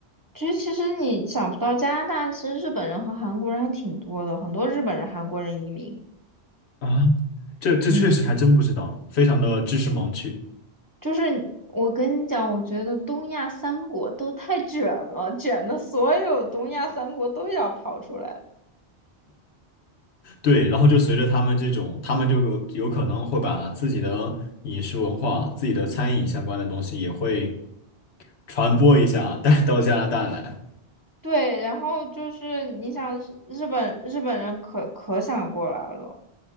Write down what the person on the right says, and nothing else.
其实，其实你想不到，加拿大其实日本人和韩国人还挺多的，很多日本人、韩国人移民。
嗯，
就是我跟你讲，我觉得东亚三国都太卷了，卷的所有东亚三国都要跑出来。
对，然后就是你想日日本日本人可可想过来了。